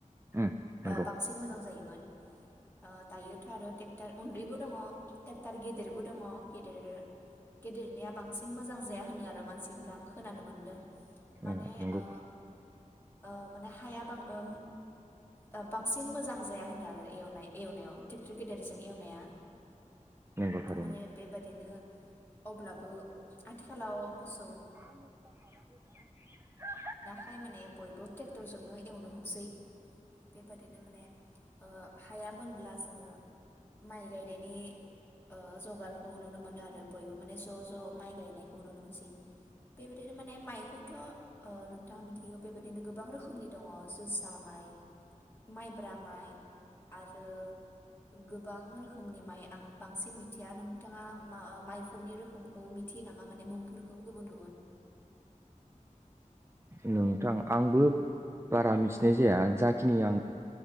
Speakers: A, on the right (about 20°); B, on the left (about 15°).
A: उम नंगौ
B: ओ बांसिन मोजां जायोमोन। ओ दायोथ' आरो टेक्टार उन्दैबो दङ' टेक्टार गेदेरबो दङ' गेदेर गेदेरनिया बांसिन मोजां जाया होनो आरो मानसिफ्रा आं खोनानो मोनदों माने
A: उम नंगौ
B: ओ ओ माने हाया बां उम बांसिन मोजां जाया होनो आरो एवनाय एवनायाव ट्रेक्टर गेदेरजों एवनाया।
A: नंगौ
B: त'
A: थारैनो
B: माने बेबादि बिदिनो अब्लाबो आथिखालाव मोसौ
A: <inaudible>
B: ओमफाय माने बयबो ट्रेक्टरजोंनो एवनो हमसै बेबादिनो माने ओ हाया मोनब्ला जोङो माइ गायनायनि ओ जगारखौ नुनो मोनो आरो बयबो माने ज' ज' माइ गायनायखौ नुनो मोनसै बेबायदिनो माने माइखौथ' ओ नोंथाङा मिथिगौ बेबायदिनो गोबां रोखोमनि दङ' जोसा माइ माइब्रा माइ आरो गोबां रोखोमनि माइ आं बांसिन मिथिया नों नोंथाङा मा माइफोरनि रोखोमखौ मिथियो नामा माने मुंफोरखौ गुबुन गुबुन?
A: नोंथां आंबो बारा मिथिनाय जाया जाखिनि आं